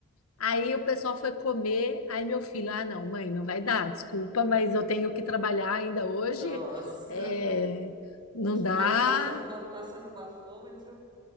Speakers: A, on the left; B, on the right.
A: Aí o pessoal foi comer, aí meu filho, ah, não, mãe, não vai dar, desculpa, mas eu tenho que trabalhar ainda hoje,
B: Nossa.
A: é, não dá,
B: Aí passa no, ba- passa no bafômetro,